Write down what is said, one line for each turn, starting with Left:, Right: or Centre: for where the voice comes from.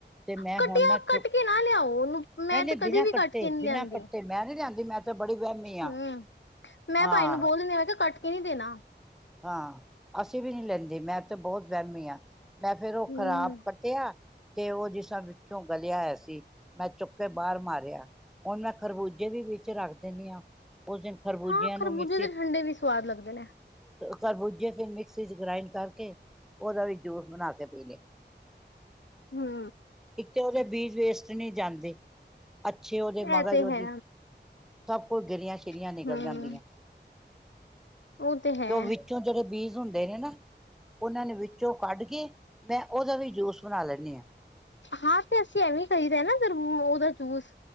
Centre: ਤੇ ਮੈਂ
Left: ਕੱਟਿਆ
Centre: ਹੁਨ ਨਾ ਚੁੱਪ
Left: ਕੱਟ ਕੇ ਨਾ ਲਿਆਓ ਮੈਂ
Centre: ਨਹੀਂ ਨਹੀਂ
Left: ਤੇ
Centre: ਬਿਨਾਂ
Left: ਕਦੀ ਵੀ
Centre: ਕੱਟੇ
Left: ਕੱਟ ਕੇ ਨੀ
Centre: ਬਿਨਾਂ
Left: ਲਿਆਂਦੀ।
Centre: ਕੱਟੇ ਮੈਂ ਨੀ ਲਿਆਂਦੀ ਮੈਂ ਤਾਂ ਬੜੀ ਵਹਿਮੀ ਹਾਂ।
Left: ਹੂੰ, ਮੈਂ
Centre: ਹਾਂ
Left: ਭਾਈ ਨੂੰ ਬੋਲ ਦਿੰਦੀ ਮੈਂ ਕਿਹਾ ਕੱਟ ਕੇ ਨੀ ਦੇਨਾ।
Centre: ਹਾਂ ਅਸੀ ਵੀ ਨੀ ਲੈਂਦੇ, ਮੈਂ ਤੇ ਬੋਤ ਵਹਿਮੀ ਆਂ। ਮੈਂ ਫੇਰ
Left: ਹਮ
Centre: ਓਹ ਖ਼ਰਾਬ ਕੱਟਿਆ ਤੇ ਓ ਜਿਸਰਾਂ ਵਿੱਚੋਂ ਗਲਿਆ ਹੋਇਆ ਸੀ, ਮੈਂ ਚੁੱਕ ਕੇ ਬਾਰ ਮਾਰਿਆ। ਹੁਨ ਮੈਂ ਖਰਬੂਜੇ ਵੀ ਵਿੱਚ ਰੱਖ ਦਿੰਨੀ ਆਂ। ਓਸ ਦਿਨ ਖਰਬੂਜੇਆਂ
Left: ਹਾਂ ਖਰਬੂਜੇ
Centre: ਨੂੰ ਮਿਕਸੀ
Left: ਦੇ
Centre: ਚ
Left: ਠੰਡੇ ਵੀ ਸਵਾਦ ਲੱਗਦੇ ਨੇ
Centre: ਖਰਬੂਜੇ ਫਿਰ ਮਿਕਸੀ ਚ ਗ੍ਰਾਇੰਡ ਕਰਕੇ ਔਦਾ ਵੀ ਜੂਸ ਬਣਾ ਕੇ ਪੀਲੇ।
Left: ਹੂੰ।
Centre: ਤੇ ਓਦੇ ਬੀਜ ਵੇਸਟ ਨੀ ਜਾਂਦੇ, ਅੱਛੇ ਓਦੇ
Left: ਇਹ
Centre: ਮਗਜ਼
Left: ਤੇ
Centre: ਔਦੀ
Left: ਹੈ
Centre: ਸਭ ਕੋ ਗਿਰੀਆਂ ਸ਼ਿਰੀਆਂ
Left: ਹੂੰ
Centre: ਨਿਕਲ ਜਾਂਦੀਆਂ।
Left: ਉਹ ਤੇ ਹੈ
Centre: ਕਯੋਂ ਵਿੱਚੋਂ ਜਦੋਂ ਬੀਜ ਹੁੰਦੇ ਨੇ ਨਾ, ਔਨਾਂ ਨੇ ਵਿੱਚੋਂ ਕੱਢ ਕੇ ਮੈਂ ਔਦਾ ਵੀ ਜੂਸ ਬਨਾ ਲੈਂਨੀ ਆਂ।
Left: ਹਾਂ ਤੇ ਅਸੀਂ ਐਵੇਂ ਈ ਕਰਹੀਦੇ ਨਾ ਫਿਰ ਔਦਾ ਜੂਸ,